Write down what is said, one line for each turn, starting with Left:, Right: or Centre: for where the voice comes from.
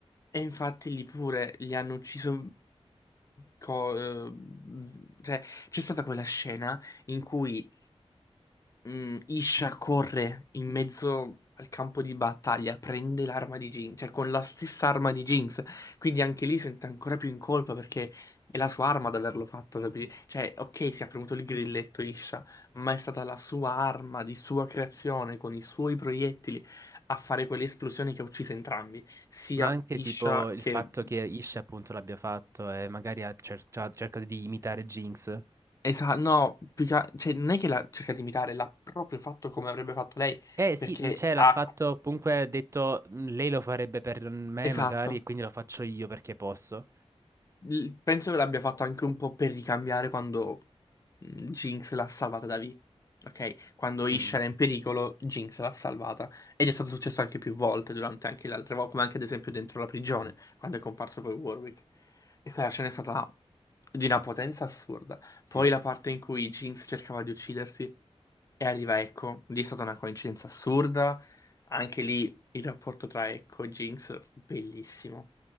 Left: E infatti lì pure li hanno ucciso. co- eh, cioè, c'è stata quella scena in cui Mm, Isha corre in mezzo al campo di battaglia, prende l'arma di Jinx, cioè con la stessa arma di Jinx, quindi anche lì sente ancora più in colpa perché è la sua arma ad averlo fatto, capi? Cioè, ok, si è premuto il grilletto Isha, ma è stata la sua arma di sua creazione, con i suoi proiettili, a fare quelle esplosioni che ha ucciso entrambi, sia
Right: Ma anche
Left: Isha
Right: tipo il
Left: che...
Right: fatto che Ish appunto l'abbia fatto e magari ha cer- ha cercato di imitare Jinx.
Left: Esatto, no, più che- cioè, non è che l'ha cercato di imitare, l'ha proprio fatto come avrebbe fatto lei,
Right: Eh sì,
Left: perché
Right: mm, cioè l'ha
Left: ha...
Right: fatto, comunque ha detto, "Mm, lei lo farebbe per me
Left: Esatto.
Right: magari e quindi lo faccio io perché posso.
Left: l- penso che l'abbia fatto anche un po' per ricambiare quando mh, Jinx l'ha salvata da V. Ok? Quando
Right: Mhm,
Left: Ish era in pericolo, Jinx l'ha salvata. Ed è stato successo anche più volte durante anche le altre volte, come anche ad esempio dentro la prigione, quando è comparso poi Warwick. E quella scena è stata di una potenza assurda.
Right: Sì,
Left: Poi la parte in cui Jinx cercava di uccidersi e arriva Echo, lì è stata una coincidenza assurda. Anche lì il rapporto tra Echo e Jinx, bellissimo